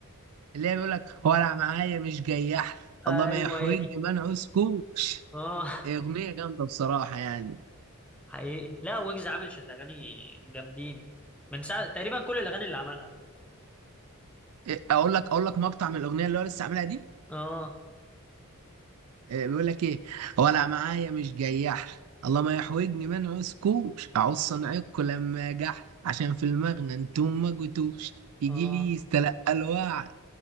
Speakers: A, on the right; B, in the centre.
A: اللي هي بيقول لك ولع معايا مش جياح
B: أيوه
A: الله ما يحوج
B: هي دي
A: ما نعوزكوش
B: آه
A: أغنية جامدة بصراحة يعني
B: حقيقي لا ويجز عامل شت اغاني جامدين من ساعه تقريبا كل الاغاني اللي عملها
A: إيه، أقول لك أقول لك مقطع من الأغنية اللي هو لسه عاملها دي
B: اه
A: إيه، بيقول لك ايه ولا معايا مش جياح الله ما يحوجني ما نعوزكوش اعوز صنعكوا لما جح عشان في المغنى انتم ما جيتوش يجي
B: اه
A: لي يستلقى الوعد